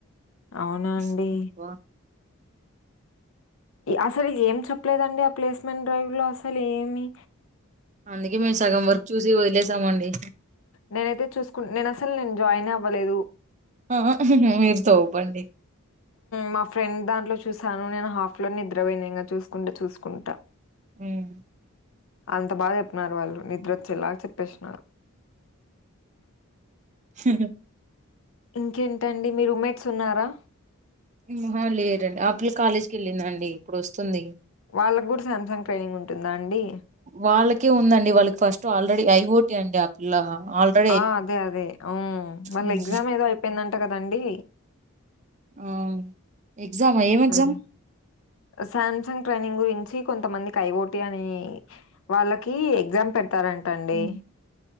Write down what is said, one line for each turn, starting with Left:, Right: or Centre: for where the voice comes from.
Left: అవునా
Right: <unintelligible>
Left: అండి? అసలు ఏం చెప్పలేదండి ఆ ప్లేస్మెంట్ డ్రైవ్ లో అసలు ఏమి
Right: అందుకే మేము సగం వరకు చూసి వదిలేసామండి
Left: నేనైతే చూసుకు నేను అసలు నేను జాయిన్ అవ్వలేదు
Right: ఆ ఆ <unintelligible>
Left: మా ఫ్రెండ్ దాంట్లో చూసాను నేను హాఫ్ లో నిద్రపోయినా ఇంక చూసుకుంట చూసుకుంటా
Right: హుమ్
Left: అంత బాగా చెప్పిన్నారు వాళ్ళు నిద్రొచ్చేలాగా చెప్పేసిన్నారు
Right: హ
Left: ఇంకేంటండి మీ రూమ్మేట్స్ ఉన్నారా
Right: మ్మ్ ఆహ లేరండి ఆ పిల్ల కాలేజీకి వెళ్ళింది అండి ఇప్పుడు వస్తుంది
Left: వాళ్ళకి కూడా శామ్సంగ్ ట్రైనింగ్ ఉంటుందా అండి
Right: వాళ్ళకే ఉందండి వాళ్ళకి first already I O T అండి ఆ ఇలా అల్రే
Left: ఆ అదే అదే ఊ మళ్ళీ
Right: ఉమ్.
Left: ఎగ్జామ్ ఏదో అయిపోయిందంట కదండి
Right: ఆ ఎగ్జామా ఏం ఎగ్జామ్
Left: హ్మ్. సామ్సంగ్ ట్రైనింగ్ గురించి కొంతమంది ఐ ఓ టి అని వాళ్ళకి ఎగ్జామ్ పెడతారంటండి
Right: ఉమ్.